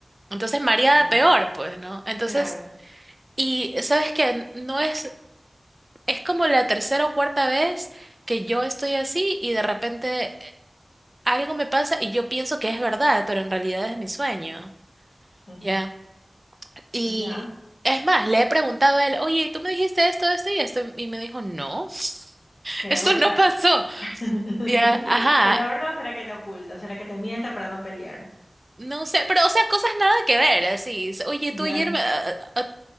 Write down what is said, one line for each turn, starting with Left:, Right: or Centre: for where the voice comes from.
Right: Entonces mareada
Left: ya,
Right: peor, pues, ¿no? Entonces,
Left: claro,
Right: y sabes que no es, es como la tercera o cuarta vez que yo estoy así y de repente algo me pasa y yo pienso que es verdad, pero en realidad es mi sueño,
Left: ujú,
Right: ¿ya? Y
Left: ya,
Right: es más, le he preguntado a él, oye, ¿tú me dijiste esto, esto y esto? Y me dijo, no, <laughs>
Left: será
Right: esto
Left: verdad.
Right: no pasó,
Left: <laughs>
Right: ¿ya? Ajá,
Left: ¿Será verdad o será que te oculta? ¿Será que te mienta para no pelear?
Right: No sé, pero o sea, cosas nada que ver, así. s- Oye,
Left: Ya,
Right: tú ayer, me- a- a- a-